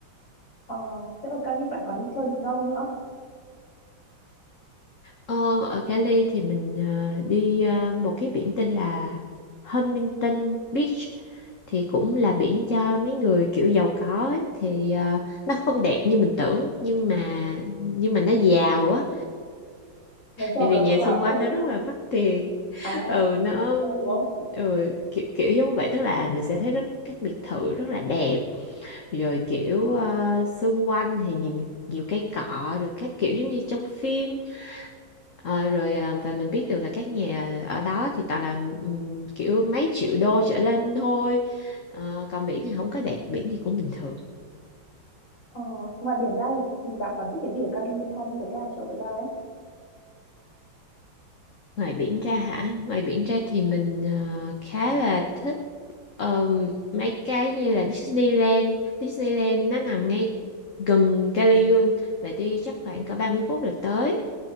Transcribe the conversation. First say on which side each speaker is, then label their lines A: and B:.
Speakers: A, on the left (about 70°); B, on the left (about 45°).
A: ờ, thế ở Cali bạn còn đi chơi những đâu nữa
B: ờ, ở Cali thì mình à, đi à, một cái biển tên là Huntington Beach thì cũng là biển cho mấy người kiểu giàu có ấy. thì à, nó không đẹp như mình tưởng nhưng mà nhưng mà nó giàu á
A: lấy chồng
B: bởi vì
A: là
B: nhà
A: cũng
B: xung
A: nào cơ
B: quanh nó rất là mắc tiền
A: à
B: <laughs> ừ nó
A: ừ, đúng không
B: ừ, kiểu, kiểu giống vậy tức là mình sẽ thấy rất các biệt thự rất là đẹp rồi kiểu ờ, xung quanh thì nhìn nhiều cây cọ rồi các kiểu giống như trong phim Ờ, rồi ờ, và mình biết được là các nhà ở đó thì toàn là ừm, kiểu mấy triệu đô trở lên thôi Ờ, còn biển thì không có đẹp biển thì cũng bình thường
A: ờ, ngoài biển ra thì bạn còn thích cái gì ở Cali nữa không để cả chỗ ra ấy
B: Ngoài biển ra hả? Ngoài biển ra thì mình ờ, khá là thích ờm, mấy cái như là Disneyland. Disneyland nó nằm ngay gần Cali luôn và đi chắc khoảng cỡ 30 phút là tới.